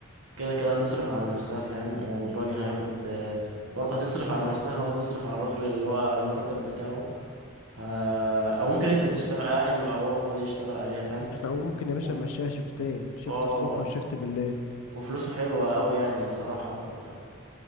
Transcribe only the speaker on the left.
احنا ممكن يا باشا
نمشيها شفتين شفت
الصبح وشفت بالليل